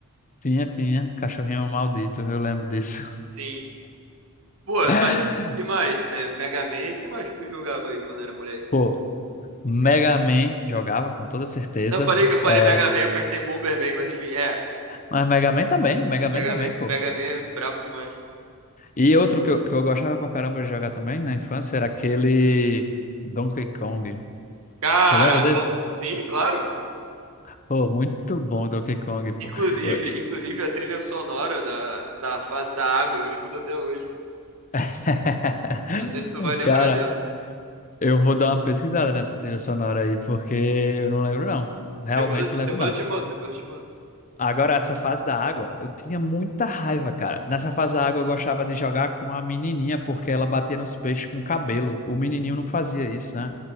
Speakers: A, on the left; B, on the right.
A: tinha, tinha, cachorrinho maldito, eu lembro disso.
B: Sim. Pô,
A: <laughs>
B: mas que mais? né? Mega Man, que mais que tu jogava aí quando era moleque?
A: Pô, Mega Man jogava com toda certeza,
B: Não, Eu falei, eu falei
A: é,
B: Mega Man, eu pensei em Bomberman, mas enfim, é.
A: mas Mega Man também, Mega Man
B: Mega
A: também,
B: Man,
A: pô.
B: Mega Man é brabo demais.
A: E outro que eu, que eu gostava pra caramba de jogar também na infância era aquele Donkey Kong.
B: Cara,
A: Tu lembra
B: eu
A: desse?
B: amo. Sim, claro.
A: Pô, muito bom Donkey Kong, pô.
B: Inclusive,
A: Eu- e-
B: inclusive a trilha sonora da, da fase da água, eu escuto até hoje.
A: <laughs>
B: Não sei se tu vai lembrar
A: Cara,
B: dela.
A: eu vou dar uma pesquisada nessa trilha sonora aí, porque eu não lembro não. Realmente
B: Depois eu te,
A: lembro
B: depois
A: não.
B: eu te mando, depois eu te mando.
A: Agora, essa fase da água, eu tinha muita raiva, cara. Nessa fase da água, eu gostava de jogar com a menininha, porque ela batia nos peixes com o cabelo. O menininho não fazia isso, né?